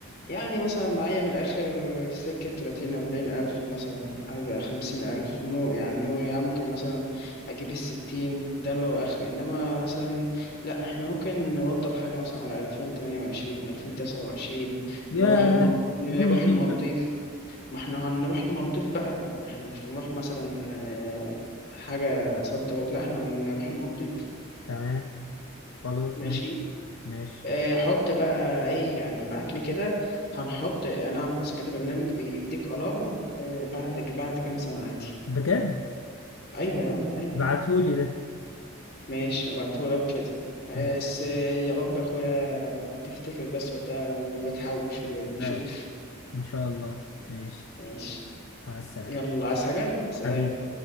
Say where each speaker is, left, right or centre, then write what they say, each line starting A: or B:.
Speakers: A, on the left (about 45°); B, on the left (about 65°).
A: يعني مثلا معايا من الاخر في سكه 30 40 الف مثلا او 50 الف مو يعني يعني ممكن مثلا اجيب الستين ده اللي هو اخر انما مثلا لا احنا ممكن نوضب حاجه مثلا على 2028 2029
B: ياه
A: نروح المالديف نروح
B: مين يجي
A: المالديف
B: بقى
A: ما احنا هنروح المالديف بقى ما احنا مش هنروح مثلا آه، حاجة صد رد لا احنا هنروح المالديف
B: تمام خلاص
A: ماشي
B: ماشي ماشي
A: آه، حط بقى ايه يعني ابعت لي كده هنحط انا اعرف مثلا كده برنامج بيديك الارم بعد بعد كام سنة عادي
B: بجد
A: ايوه يا عم ايوه
B: بعتولي ده
A: ماشي هبعتهولك كده آه،
B: ماشي
A: بس يا رب يا اخويا تفتكر بس وقتها وتحوش ونشوف
B: لا ان شاء الله ماشي
A: ماشي
B: مع السلامة
A: يلا عايز حاجة سلام
B: حبيبي